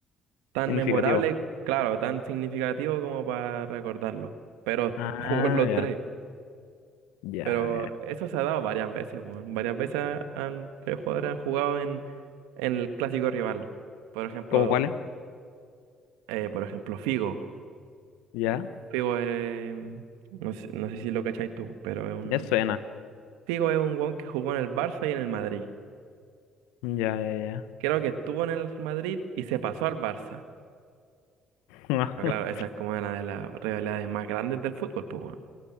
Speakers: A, on the right; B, on the left.
A: tan
B: Significativo.
A: memorable, claro, tan significativo como para recordarlo. Pero
B: Ah,
A: <laughs> jugó en los
B: ya,
A: tres.
B: ya,
A: Pero
B: ya.
A: eso se ha dado varias veces, weón. Varias veces han, tres jugadores han jugado en, en el clásico rival. Por ejemplo,
B: ¿Cómo cuál es?
A: eh, por ejemplo, Figo.
B: Ya,
A: Figo es, no sé, no sé si lo cacháis tú, pero es un,
B: ya suena,
A: Figo es un weón que jugó en el Barça y en el Madrid.
B: ya, ya,
A: Creo que estuvo en el Madrid y se pasó al Barça.
B: ya.
A: Pero
B: <laughs>
A: claro, esa es como una de las rivalidades más grandes del fútbol, pues, weón.